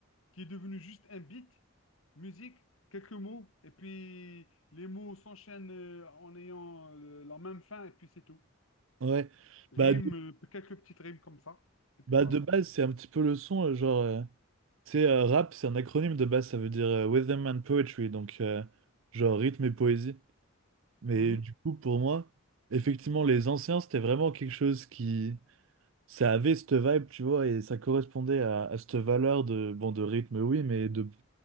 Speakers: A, on the left; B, on the right.
A: qui est devenu juste un beat, musique, quelques mots, et puis les mots s'enchaînent euh, en ayant euh, la même fin, et puis c'est tout.
B: Ouais.
A: Rime,
B: Bah, de,
A: euh, quelques petites rimes comme ça, et puis
B: bah,
A: voilà.
B: de base, c'est un petit peu le son, euh, genre. euh, tu sais, euh, rap, c'est un acronyme de base, ça veut dire euh, Rhythm and Poetry, donc euh, genre rythme et poésie. Mais
A: Mhm,
B: du coup, pour moi, effectivement, les anciens, c'était vraiment quelque chose qui. Ça avait cette vibe, tu vois, et ça correspondait à, à cette valeur de, bon, de rythme, oui, mais de,